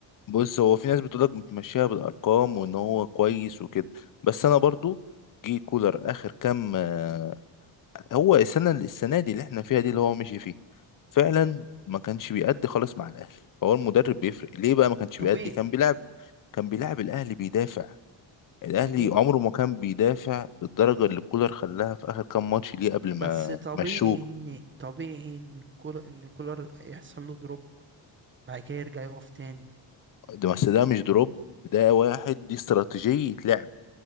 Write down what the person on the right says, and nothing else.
طبيعي
طبيعي
بس طبيعي
ان طبيعي ان كولر ان كولر يحصل له دروب بعد كده يرجع يقف تاني